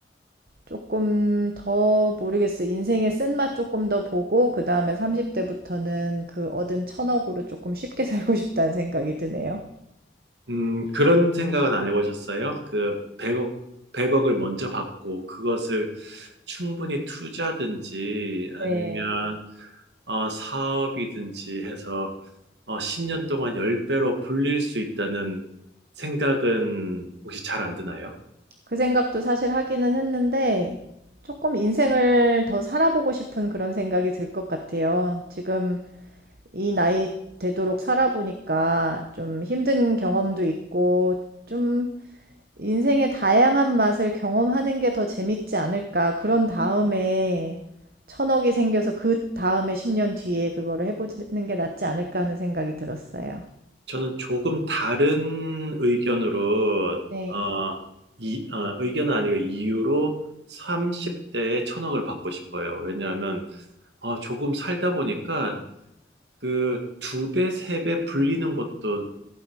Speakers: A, on the right (about 55°); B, on the right (about 75°).
A: 조금 더 모르겠어. 요 인생의 쓴맛 조금 더 보고 그 다음에 30대부터는 그 얻은 천억으로 조금 쉽게 <laughs> 살고 싶다는 생각이 드네요.
B: 음, 그런 생각은 안 해보셨어요? 그 100억, 100억을 먼저 받고 그것을 충분히 투자든지 아니면
A: 네.
B: 어, 사업이든지 해서 어, 10년 동안 10배로 불릴 수 있다는 생각은 혹시 잘 안 드나요?
A: 그 생각도 사실 하기는 했는데 조금 인생을 더 살아보고 싶은 그런 생각이 들 것 같아요. 지금 이 나이 되도록 살아보니까 좀 힘든 경험도 있고 좀 인생의 다양한 맛을 경험하는 게 더 재밌지 않을까. 그런 다음에 천억이 생겨서 그 다음에 10년 뒤에 그거를 해보는 게 낫지 않을까 하는 생각이 들었어요.
B: 저는 조금 다른 의견으로
A: 네.
B: 어, 이, 어, 의견은 아니고 이유로 30대에 천억을 받고 싶어요. 왜냐하면 어, 조금 살다 보니까 그 두 배, 세 배 불리는 것도